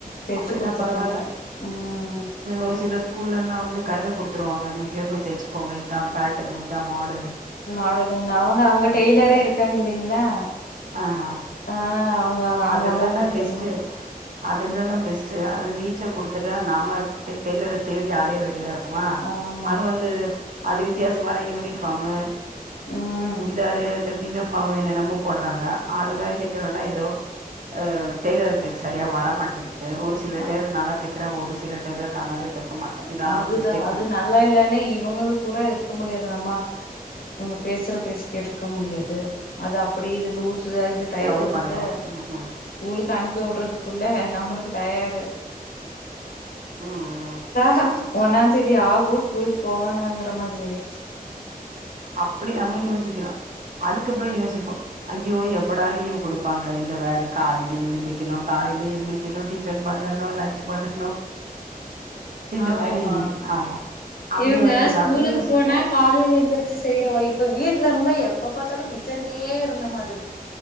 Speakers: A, on the left; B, on the right.
A: தெச்சு
B: அப்டினா
A: குடுத்துருவாங்க
B: பரவால
A: ம்
B: ஒரு சில ஸ்கூல்லல்லாம் வந்து கையில கொடுத்துருவாங்க நீங்களே போய் தைச்சுகோங்க இதான் பேட்டன் இதான் மாடனு
A: மாடல்ன்னு அவங்க அவங்க டெய்லரே
B: கிட்ட
A: இருக்காங்க இல்லங்களா
B: ஆஹா
A: ஆ அவங்க அங்க
B: அது இருந்த
A: அளவு
B: தான்
A: குடுத்துரணு
B: பெஸ்ட் அது இருந்தாதான்
A: ம்
B: பெஸ்ட் அது வீட்டு கொடுத்துட்ட நாம டெய்லர தேடி அலய வேண்டியதா இரு உமா
A: ஆமா
B: அது வந்து அது வித்தியாசமான யூனிஃபார்மு
A: ம்
B: சுடிதாரு இது பீனோ ஃபார்ம் என்னென்னமோ போடுறாங்க அது மாரி தைக்கணுன்னா ஏதோ அஹ் டெய்லர்களுக்கு சரியா வரமாட்டேங்கு ஆ ஒரு சில
A: அ
B: டெய்லர் நல்லா தப் க்கிறா ஒரு சில டெய்லர் நல்லாவே தைக்க மாட்டாங்க ஏதாவது
A: அதுதா
B: மிஸ்டேக்
A: அது
B: பண்ணி
A: நல்லா இல்லனே இவங்கள் கூட இருக்க முடியாது நம்ம இங்க பேசுற பேச்சு கேட்டுக்க முடியாது அது அப்படி இது லூஸ் <unintelligible> இது டைட்டுன்ட்டு
B: ஏதாவது பண்ணுவா ம் ம்
A: ஸ்கூலுக்கு அனுப்பி விடுறதுக் உள்ள நம்மளுக்கு டயர்டு
B: ம் ம்
A: ப்ப ஒன்னாந் தேதி ஆகு ஸ்கூலுக்கு போவாங்கங்கற மாதிரி ஆயிடுச்சு
B: அப்டி நம்ம யோசிக்கிறோ அதுக்கப்றோ யோசிப்போ ஐயோ எப்படா லீவ் குடுப்பாங்க இந்த வேல காலையில எந்திரிக்கணு காலையில எந்திரிக்கணு டிஃபன் பண்ணணு லன்ச் பண்ணணு இந்த
A: ஆமாம்மா
B: மாரி ஆமா அப்டி
A: இவங்க
B: வரும்போது
A: ஸ்கூலுக்கு
B: அப்டி யோசிப்போ
A: போனா காலைல எந்திரிச்சி செய்யறோ இப்ப வீட்ல இருந்தா எப்ப பாத்தாலு கிச்சன்லயே இருந்த மாதிரி